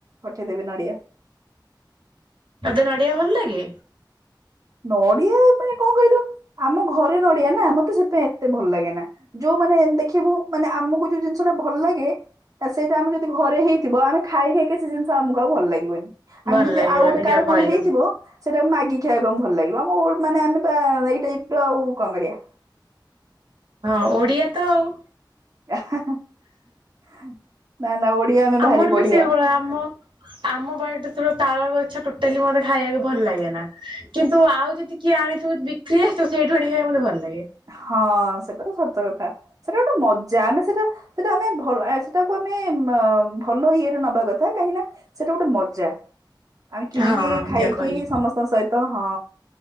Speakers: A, on the right; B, on the right.
A: ପଠେଇ ଦେବି ନଡ଼ିଆ। <inaudible>
B: ତତେ ନଡ଼ିଆ ଭଲ ଲାଗେ।
A: ନଡିଆ ମାନେ କଣ କହିଲୁ ଆମ ଘରେ ନଡିଆ ନା ମତେ ସେଥିପାଇ ଏତେ ଭଲ ଲାଗେ ନା ଯୋଉ ମାନେ ଦେଖିବୁ ମାନେ ଆମକୁ ଯୋଉ ଜିନିଷ ଟା ଭଲ ଲାଗେ ଆ ସେଇଟା ଆମେ ଯଦି ଘରେ ହେଇଥିବ ଆମେ ଖାଇ ଖାଇକି ସେ ଜିନିଷ ଆମକୁ ଆଉ ଭଲ ଲାଗିବନି।
B: ଭଲ
A: ଆମେ ଯଦି
B: ଲାଗିବନି
A: ଆଉ ଗୋଟେ କାର
B: ଯାହା କହିଲୁ
A: କଣ ହେଇଥିବ ସେଇଟା କୁ ମାଗି ଖାଇବାକୁ ଭଲ ଲାଗିବ ଆମ ମାନେ ଆମେ ପା ଏଇ ଟାଇପର ଆଉ କଣ କରିବା। <inaudible>
B: ହଁ ଓଡିଆ ତ ଆଉ
A: <inaudible> ଓଡିଆ ଆମେ
B: ଆମର
A: ଭାରି ବଢିଆ
B: ବି ସେଇଭଳିଆ ଆମ ଆମ ବାଡିରେ ଯେତେବେଳେ ତାଳ ଗ ଛ ଟୋଟାଲି ମତେ ଖାଇବାକୁ ଭଲ ଲାଗେ ନା କିନ୍ତୁ ଆଉ ଯଦି କିଏ ଆଣିଥିବ ବିକ୍ରି ହେଠୁ ସେଇଠୁ ଆଣିକି ଖାଇବାକୁ ମତେ ଭଲ ଲାଗେ।
A: ହଁ ସେଟା ତ ସତ କଥା ସେଟା ଗୋଟେ ମଜା ଆମେ ସେଟା ସେଟା ଆମେ ଭଲ ସେଟାକୁ ଆମେ ଏ ମା ଭଲ ଇଏରେ ନବା କଥା କାହିଁକି ନା ସେଟା ଗୋଟେ ମଜା। ଆଉ କିଣିକି
B: ହଁ
A: ଖାଇକି
B: ଯାହା କହିଲୁ
A: ସମସ୍ତଙ୍କ ସହିତ ହଁ।